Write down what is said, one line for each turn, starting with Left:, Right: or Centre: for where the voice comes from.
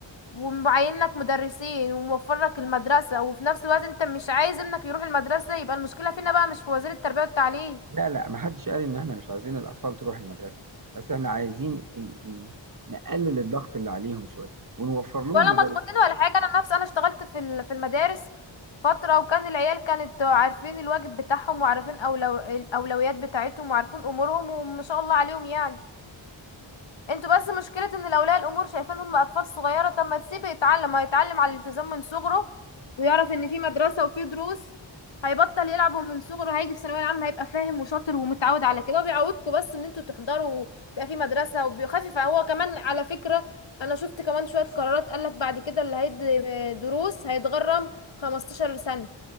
Left: ومعين لك مدرسين وموفر لك المدرسة وفي نفس الوقت انت مش عايز ابنك يروح المدرسة يبقى المشكلة فينا بقى مش في وزير التربية والتعليم
Right: لا لا ما حدش قال ان احنا مش عايزين الاطفال تروح المدرسه بس احنا عايزين ال- ال- نقلل الضغط اللي عليهم شويه ونوفر لهم
Left: ولا
Right: مدرس
Left: مضغوطين ولا حاجة انا نفسي انا اشتغلت في ال- في المدارس فترة وكان العيال كانت عارفين الواجب بتاعهم وعارفين أولو... الأولويات بتاعتهم وعارفين أمورهم وما شاء الله عليهم يعني انتوا بس مشكلة ان الاولياء الامور شايفين هم اطفال صغيرة طب ما تسيبه يتعلم هيتعلم على الالتزام من صغره ويعرف ان في مدرسة وفي دروس هيبطل يلعبوا من صغره هيجي في ثانوية عامة هيبقى فاهم وشاطر ومتعود على كده وبيعودكم بس ان انتوا تحضروا بيبقى في مدرسة وبيخفف هو كمان على فكرة انا شفت كمان شوية قرارات قالك بعد كده اللي هيدي دروس هيتغرم 15 سنة